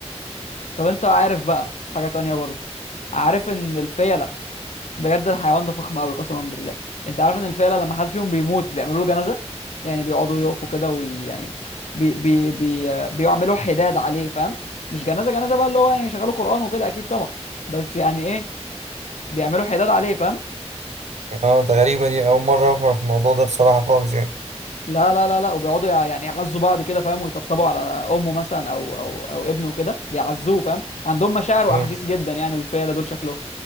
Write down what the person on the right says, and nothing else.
اه ده غريبه دي اول مره اعرف الموضوع ده بصراحه خالص يعني
آه.